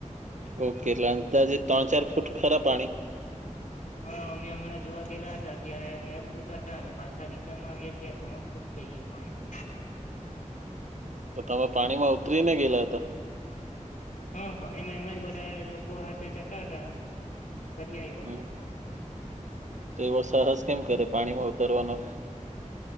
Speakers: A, on the right; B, on the left.
A: ઓકે લ ત જે ત્રણ ચાર ફૂટ ખરા પાણી
B: હા અમે હમણાં જોવા ગયેલા હતા ત્યારે બે ફૂટ હતા અને પાછા રિટર્નમાં આવ્યા ત ત્રણ ફૂટ થઈ ગયું પાણી
A: તો તમે પાણીમાં ઉતરી ને ગયેલા હતા
B: હા પાણીમાં એમાં જ બધા લોકો હાથે જતા હતા ફરી આવ્યા
A: હમ
B: એમ
A: તો એવો સાહસ કેમ કરે પાણીમાં ઉતરવાનો